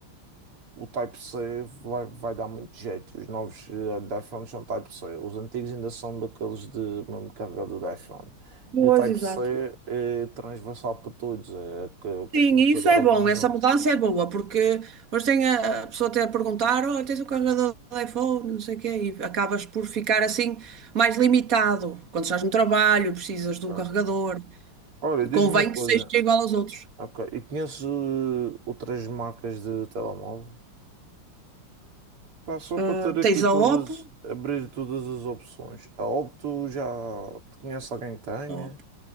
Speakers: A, on the right (about 85°); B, on the right (about 40°).
A: o Type-C vai, vai dar muito jeito. Os novos eh, da iPhone são Type-C. Os antigos ainda são daqueles de mesmo carregador da iPhone.
B: Pois,
A: E o Type-C
B: exato.
A: é transversal para todos, é que, que
B: Sim,
A: todos
B: isso
A: agora
B: é bom,
A: vão usar.
B: essa mudança é boa, porque mas tem a, a pessoa até a perguntar, oh, tens o carregador do iPhone, não sei o quê, e acabas por ficar assim mais limitado. Quando estás no trabalho, e precisas de
A: Ok.
B: um carregador,
A: Olha, diz-me
B: convém
A: uma coisa.
B: que seja igual aos outros.
A: Ok. E conheço eh, outras marcas de telemóvel? Pá, só
B: Ah,
A: para ter aqui
B: Tens
A: todas,
B: a Oppo,
A: abrir todas as opções. A Opto já te conhece alguém que tenha?
B: Não.